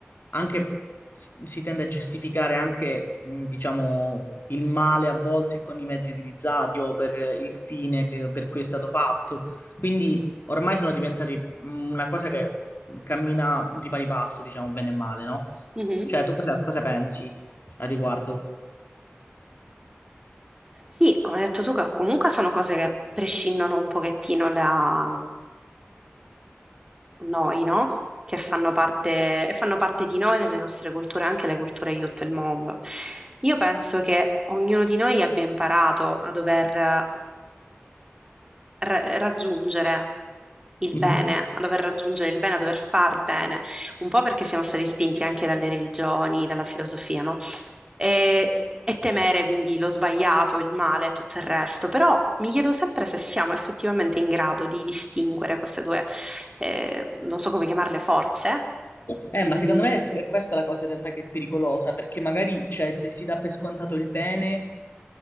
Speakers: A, on the left; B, on the right.
A: anche si si tende a giustificare anche, mh, diciamo, il male a volte con i mezzi utilizzati o per eh, il fine che- per cui è stato fatto. Quindi ormai sono diventati mh, una cosa che cammina di pari passo, diciamo, bene e male, no?
B: Mhm.
A: Cioè, tu cosa, cosa pensi al riguardo?
B: Sì, come hai detto tu, che comunque sono cose che prescindono un pochettino da noi, no? Che fanno parte, e fanno parte di noi, delle nostre culture, anche le culture di tutto il mondo. Io penso che ognuno di noi abbia imparato a dover eh, ra- raggiungere il
A: Mhm.
B: bene, a dover raggiungere il bene, a dover far bene, un po' perché siamo stati spinti anche dalle religioni, dalla filosofia, no? E, e temere quindi lo sbagliato, il male e tutto il resto. Però mi chiedo sempre se siamo effettivamente in grado di distinguere queste due, eh, non so come chiamarle, forze.
A: Eh, ma
B: Mm,
A: secondo me è questa la cosa in realtà che è pericolosa, perché magari, cioè, se si dà per scontato il bene